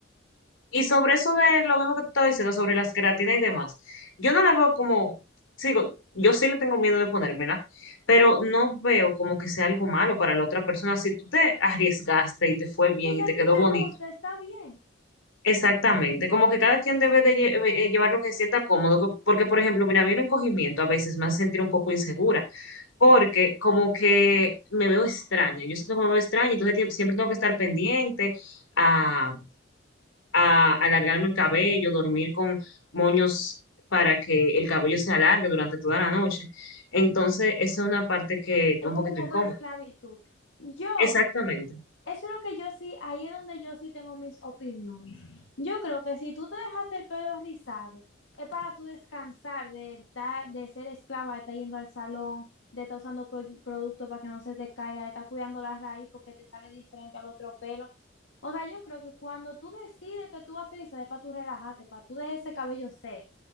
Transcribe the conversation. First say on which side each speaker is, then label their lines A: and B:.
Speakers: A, on the left; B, on the left.
A: Y sobre eso de lo mismo que te estaba diciendo, sobre las queratinas y demás, yo no la veo como, sigo, yo sí le tengo miedo de ponérmela, pero no veo como que sea algo malo para la otra persona. Si tú te arriesgaste y te fue
B: es
A: bien
B: que
A: y
B: si
A: te
B: a
A: quedó
B: ti te
A: bonito,
B: gusta, está bien.
A: Exactamente, como que cada quien debe de lle- eh, llevar lo que se sienta cómodo, co- porque por ejemplo, mira, a mí el encogimiento a veces me hace sentir un poco insegura, porque como que me veo extraña, yo siento que me veo extraña, entonces tie- siempre tengo que estar pendiente a, a alargarme el cabello, dormir con moños para que el cabello se alargue durante toda la noche. Entonces, esa es una parte que es
B: Es
A: un
B: como
A: poquito
B: un poco
A: incómoda.
B: de esclavitud. Yo
A: Exactamente.
B: Eso es lo que yo sí, ahí es donde yo sí tengo mis opiniones. Yo creo que si tú te dejaste el pelo rizado, es para tú descansar de, estar- de ser esclava, de estar yendo al salón, de estar usando produ- productos para que no se te caiga, de estar cuidando la raíz porque te sale diferente al otro pelo. O sea, yo creo que cuando tú decides que tú vas a hacer rizado, es para tú relajarte, para tú dejar ese cabello seco.